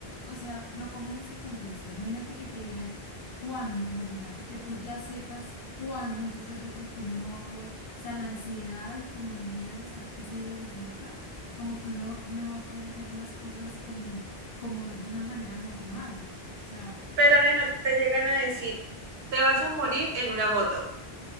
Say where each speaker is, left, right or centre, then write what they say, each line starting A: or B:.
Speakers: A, on the left; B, on the right.
A: o sea, lo pongo en ese contexto. Imagínate que te digan cuándo morirás y que tú ya sepas cuándo, entonces yo creo que uno no va a poder, o sea, la ansiedad y como el miedo de saber que ese día se acerca, como que uno no va a poder hacer las cosas como, como de una manera normal. O sea,
B: Pero nena, te llegan a decir, te vas a morir en una moto.